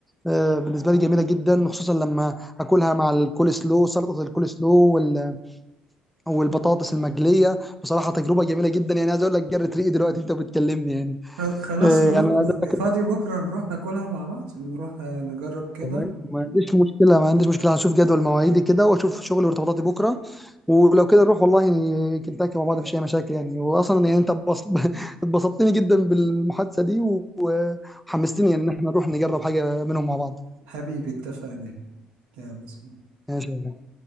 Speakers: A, in the centre; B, on the right.
A: أه، بالنسبه لي جميله جدا خصوصا لما اكلها مع الكول سلو سلطه الكول سلو وال- والبطاطس المقليه بصراحه تجربه جميله جدا يعني عايز اقول لك جرت ريقي دلوقتي انت بتكلمني يعني
B: خل- خلاص
A: أه،
B: نروح
A: يعني أنا عايز
B: ن-
A: أقول
B: فاضي
A: لك
B: بكرة نروح ناكلها مع بعض نروح آه، نجرب كده
A: والله ما عنديش مشكلة ما عنديش مشكلة هشوف جدول مواعيدي كده واشوف شغلي وارتباطاتي بكرة ولو كده نروح والله يعني كنتاكي مع بعض مفيش أي مشاكل يعني وأصلا يعني أنت اتبسط- <laughs> اتبسطتني جدا بالمحادثة دي و- وحمستني يعني إن احنا نروح نجرب حاجة منهم مع بعض
B: حبيبي اتفقنا يلا سلام
A: ماشي